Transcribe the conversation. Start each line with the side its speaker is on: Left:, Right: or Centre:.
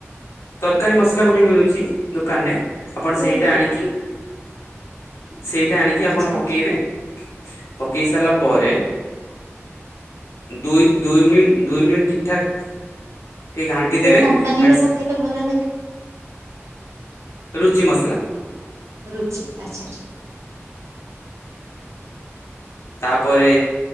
Left: ତରକାରୀ ମସଲା ଗୋଟେ ମିଳୁଚି ଦୋକାନରେ ଆପଣ
Right: କୋଉ
Left: ସେଇଟା ଆଣିକି ସେଇଟା ଆଣିକି ଆପଣ
Right: ଆଚ୍ଛା
Left: ପକେଇବେ
Right: ଠିକ
Left: ପକେଇ ସାରିଲା ପରେ ଦୁଇ ଦୁଇ ମିନିଟ ଦୁଇ ମିନିଟ ଠିକ୍ ଠାକ୍ ଟିକେ ଘାଣ୍ଟି
Right: କୋଉ
Left: ଦେବେ
Right: କମ୍ପାନୀର
Left: ଘାଣ୍ଟି ସା
Right: ପକେଇଲେ ଭଲ ଲାଗିବ
Left: ରୁଚି ମସଲା।
Right: ରୁଚି ଆଚ୍ଛା ଆଚ୍ଛା।
Left: ତାପରେ